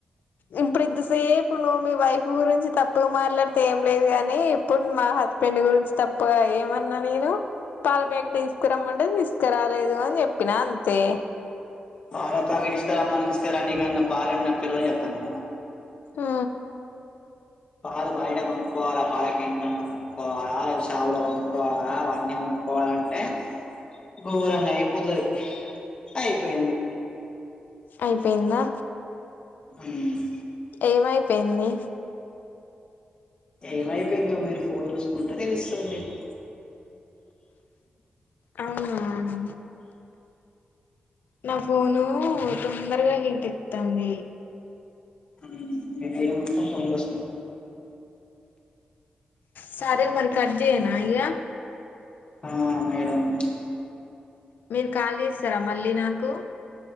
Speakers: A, on the left; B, on the left.
A: ఇప్పుడింత సేపు నువ్వు మీ వైఫ్ గురించి తప్పుగా మాట్లాడితే ఏం లేదు గాని ఇప్పుడు మా హ హస్బెండ్ గురించి తప్పుగా ఏమన్న నేను పాల ప్యాకట్ తీస్కారమ్మంటే తీస్కారాలేదు అనీ జెప్పిన అంతే
B: పాల పాకెట్ తీసుకరమ్మని తీసుకరానికి నెనెమన్న పాలెమన పిర్రని జేతన్న.
A: ఉ
B: పాలు బయట కొనుక్కోవాల పాల కేంద్రంలో కొనుక్కొవాలా లేద షాపుల కొనుక్కవాల అవన్నీ కొ క్కొవాలంటే ఘోరంగా అయిపోతది. అయిపోయింది.
A: అయిపోయిందా
B: ఉమ్
A: ఏమైపోయింది
B: ఏమైపోయిందో మీరు ఫోన్ చూసుకుంటే తెలుస్తది మీకు
A: అవునా నా ఫోనూ తొందరగా హీట్ ఎక్తాంది
B: <unintelligible> మొత్తం ఫోన్ <unintelligible>
A: సారి మరి కట్ జేయనా ఇగ
B: ఆ మేడమ్
A: మీరు కాల్ చేస్తరా మళ్ళీ నాకు